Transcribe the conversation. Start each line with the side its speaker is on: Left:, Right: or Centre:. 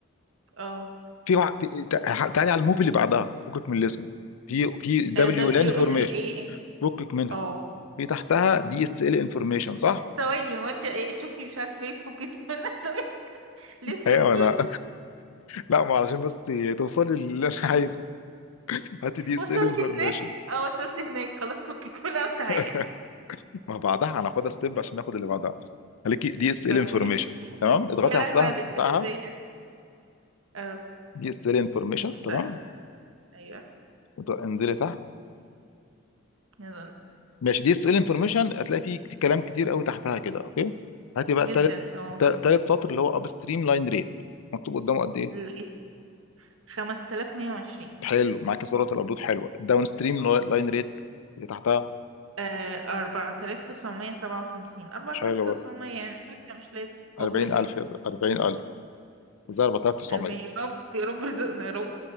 Right: اه
Left: في وع... في... تع- تعالي على الموفي اللي بعدها فكك من الاسم في في دبليو
Right: آه، W
Left: لان انفورميشن
Right: L A M
Left: فكك منها
Right: اه
Left: في تحتها دي اس ال انفورميشن صح؟
Right: ثواني وانت ايه شوفي مش عارفه ايه فكك منها <laughs> طب لسه
Left: ايوه
Right: سويت
Left: انا <laughs> لا ما علشان بس توصلي للي انا عايزه هاتي دي اس
Right: وصلت
Left: ال انفورميشن
Right: هناك اه وصلت هناك خلاص فكك منها وتعالي
Left: <laughs> ما بعدها هناخدها ستيب عشان ناخد اللي بعدها خليكي دي اس ال
Right: <laughs> طيب
Left: انفورميشن تمام اضغطي
Right: يا
Left: على
Right: لهوي
Left: السهم
Right: على
Left: بتاعها
Right: الانتهازية اه
Left: دي اس ال انفورميشن
Right: بس
Left: تمام
Right: تاني ايوه
Left: اضغ- انزلي تحت
Right: نزلت
Left: ماشي دي اس ال انفورميشن هتلاقي فيه كت- كلام كتير قوي تحتها كده اوكي هاتي بقى
Right: جدا
Left: تالت
Right: اه
Left: تا- تالت سطر اللي هو اب ستريم لاين ريت مكتوب قدامه قد ايه
Right: لقيت 5120
Left: حلو معاك صورة الابلود حلوه الداون ستريم لاين ريت اللي تحتها
Right: آه، أربعة آلاف تسعمية سبعة وخمسين أربعة
Left: حلو
Right: آلاف تسعمية
Left: برضه
Right: يعني الفكة مش لازم أجرتنا
Left: 40000 يا زلمة، 40000 زي 4900
Right: أربعين يا رب يا رب رزقنا يا رب